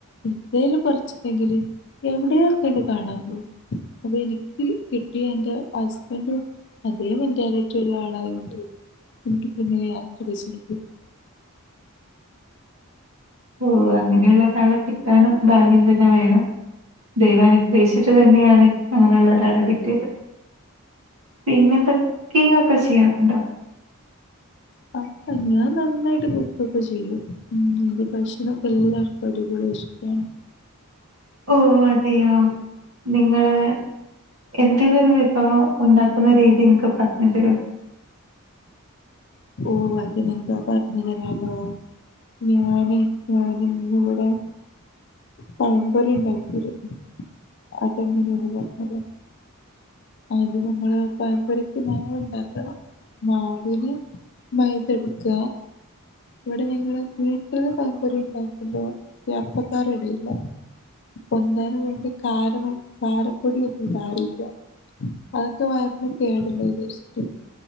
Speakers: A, on the left (about 50°); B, on the right (about 75°).
A: എന്തേലും കൊറച്ചുണ്ടെങ്കില് എവിടെക്കെയായിട്ട് കാണാൻ പോകും അപ്പ എനിക്ക് കിട്ടിയ എൻ്റെ ഹസ്ബൻഡും അതേ മെന്റാലിറ്റി ഉള്ള ആളായത് കൊണ്ട് എനിക്കിപ്പങ്ങനെ യാ അത് ശരി.
B: ഓ അങ്ങനെയുള്ള ഒരാളെ കിട്ടാനും ഭാഗ്യം തന്നെ വേണം. ദൈവം അനുഗ്രഹിച്ചിട്ട് തന്നെയാണ് അങ്ങനെയുള്ള ഒരാളെ കിട്ടിയത്. പിന്നെന്ത്‌ കുക്കിങ്ങ് ഒക്കെ ചെയ്യാറുണ്ടോ?
A: അപ്പൊ ഞാൻ നന്നായിട്ട് കുക്കൊക്കെ ചെയ്യും ൻ്റ ഭക്ഷണം എല്ലാർക്കും അടിപൊളി ഇഷ്ട്ടാണ്.
B: ഓ അതെയോ? നിങ്ങള് എന്തേലും ഒരു വിഭവം ഉണ്ടാക്കുന്ന രീതി ഇൻക്ക് പറഞ്ഞു തരോ?
A: ഓ അതിനെന്താ പറഞ്ഞു തരാലോ ഞാനിപ്പൊ ഇന്നിവിടെ പഴംപൊരി ഉണ്ടാക്കിരുന്നു അതെങ്ങനെന്ന് പറഞ്ഞ് തരാ ആദ്യ നമ്മള് പഴംപൊരിക്ക് മാവ് ഉണ്ടാക്കണം മാവിന് മൈദ എട്ക്ക ഇവിടെ ഞങ്ങള് വീട്ടില് പഴംപൊരി ഉണ്ടാക്കുമ്പോ ഈ അപ്പക്കാര ഇടലില്ല പൊന്താനും വേണ്ടി കാരവും കാരപ്പൊടി ഒന്നും കാരില്ല അതൊക്കെ വയറിന് കേടല്ലെ വിചാരിച്ചിട്ട്